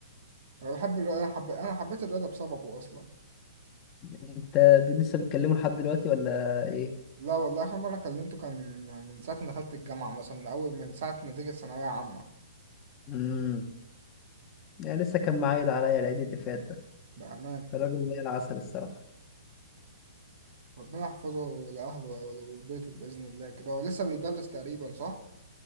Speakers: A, on the right; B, on the left.
A: انا بحب الرياضه انا حب... انا حبيت الرياضه بسببه اصلا
B: انت لسه بتكلمه لحد دلوقتي ولا ايه
A: لا والله آخر مرة كلمته كان من ساعة ما دخلت الجامعة مثلا من أول من ساعة نتيجة ثانوية عامة
B: امم يعني لسه كان معايد عليا العيد اللي فات ده
A: بأمان
B: كان راجل زي العسل الصراحة
A: ربنا يحفظه لأهله ولبيته بإذن الله كده هو لسه بيدرس تقريبا صح؟